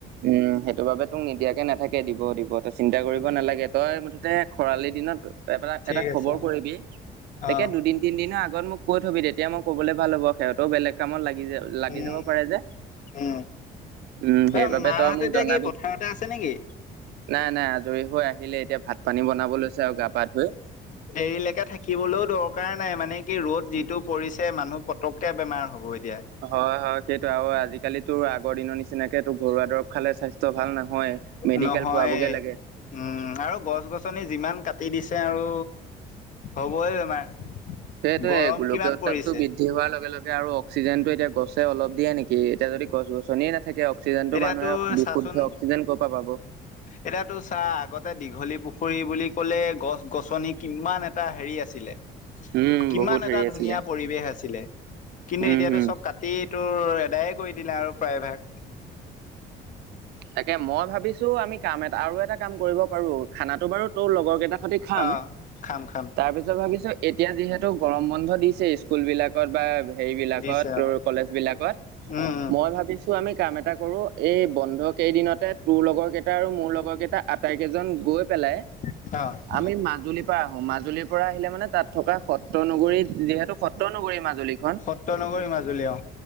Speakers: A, on the right (about 75°); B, on the left (about 50°).
A: উম, সেইটোবাবে তোক নিদিয়াকে নাথাকে দিব-দিব, তই চিন্তা কৰিব
B: অ
A: নালাগে। তই মুঠতে খৰালি দিনত এটা-এটা
B: ঠিক
A: খবৰ
B: আছে
A: কৰিবি, তাকে
B: অ
A: দুদিন তিনদিনৰ আগত মোক কৈ থবি তেতিয়া মই ক'বলৈ ভাল হ'ব সিহঁতেও বেলেগ কামত লাগি যায়। লাগি
B: উম
A: যাব পাৰে যে।
B: উম
A: উম,
B: ত
A: সেইবাবে
B: মাহত
A: তই মোক
B: এতিয়া
A: জনাবি।
B: কি পথাৰতে আছে নেকি
A: নাই-নাই আজৰি হৈ আহিলে, এতিয়া ভাত পানী বনাব লৈছে আৰু গা-পা ধুই।
B: দেৰিলেকে থাকিবলৈও দৰকাৰ নাই মানে কি ৰ'দ যিটো পৰিছে মানুহ পটককে বেমাৰ হ'ব এতিয়া।
A: হয়, হয়, সেইটো আৰু আজিকালিতো আগৰ দিনৰ নিচিনাকেতো ঘৰুৱা দৰব খালে স্বাস্থ্য ভাল নহয়। মেডিকেল
B: নহয়।
A: পোৱাবগে লাগে
B: উম আৰু গছ-গছনি যিমান কাটি দিছে আৰু হবই বেমাৰ।
A: সেইটোৱে
B: গৰম
A: গোলকীয়
B: কিমান
A: উত্তাপটো
B: পৰিছে।
A: বৃদ্ধি হোৱাৰ লগে-লগে আৰু অক্সিজেনটো এতিয়া গছে অলপ দিয়ে নেকি, এতিয়া যদি গছ-গছনিয়ে নাথাকে অক্সিজেনটো
B: এতিয়াতো
A: মানুহে বিশুদ্ধ
B: চাচোন
A: অক্সিজেন ক'ৰ পৰা পাব।
B: এতিয়াতো চা আগতে দীঘলী পুখুৰী বুলি কলে গছ-গছনি কিমান এটা হেৰি আছিলে।
A: উম
B: কিমান
A: বহুত
B: এটা
A: হেৰি
B: ধুনীয়া
A: আছিলে
B: পৰিৱেশ আছিলে। কিন্তু
A: উম
B: এতিয়াতো
A: হম
B: চব কাটি তোৰ এধায়ে কৰি দিলে আৰু প্ৰায়ভাগ।
A: তাকে মই ভাবিছো আমি কাম এটা আৰু এটা কাম কৰিব পাৰো খানাটো বাৰু তোৰ লগৰ কেইটাৰ সৈতে খাম,
B: অ খাম খাম
A: তাৰপিছত ভাবিছো এতিয়া যিহেতু গৰম বন্ধ দিছে স্কুল বিলাকত বা হেৰি বিলাকত
B: দিছে
A: টোৰ
B: অ
A: কলেজ বিলাকত,
B: উম উম
A: মই ভাবিছো আমি কাম এটা কৰো এই বন্ধ কেইদিনতে তোৰ লগৰ কেইটা আৰু মোৰ লগৰ কেইটা আটাইকেইজন গৈ পেলাই
B: <inaudible>
A: আমি মাজুলীৰ পৰা আহোঁ, মাজুলীৰ পৰা আহিলে মানে তাত থকা সত্ৰ নগৰী যিহেতু সত্ৰনগৰী মাজুলী।
B: সত্ৰ নগৰী মাজুলী অ।